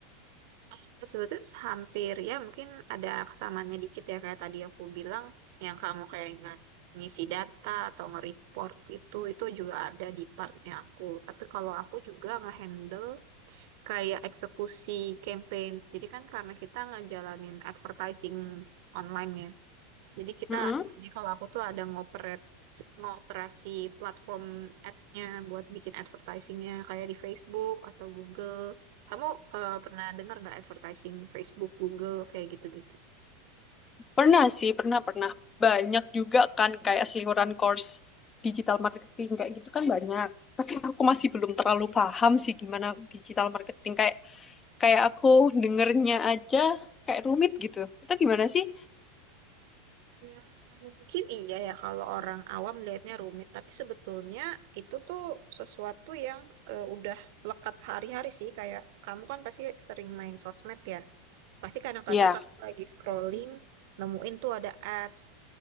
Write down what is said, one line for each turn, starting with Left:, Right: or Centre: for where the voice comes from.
Right: Eh, Sebetulnya hampir ya mungkin ada kesamaannya dikit ya kayak tadi aku bilang yang kamu kayak nge- ngisi data atau nge-report itu itu juga ada di partnya aku. Tapi kalau aku juga nge-handle kayak eksekusi campaign. Jadi kan karena kita ngejalanin advertising online ya. Jadi kita
Left: Mm-mm.
Right: jadi kalau aku tuh ada ngoper ngoperasi platform ads-nya buat bikin advertising-nya kayak di Facebook atau Google. Kamu eh, pernah dengar nggak advertising Facebook, Google kayak gitu-gitu?
Left: Pernah sih, pernah pernah. Banyak juga kan kayak seliweran course digital marketing kayak gitu kan banyak. Tapi aku masih belum terlalu paham sih gimana digital marketing kayak kayak aku dengernya aja kayak rumit gitu. Itu gimana sih?
Right: Ya, Mungkin iya ya kalau orang awam lihatnya rumit, tapi sebetulnya itu tuh sesuatu yang eh, udah lekat sehari-hari sih. Kayak kamu kan pasti sering main sosmed ya. Pasti kadang-kadang
Left: Ya.
Right: kamu lagi scrolling, nemuin tuh ada ads.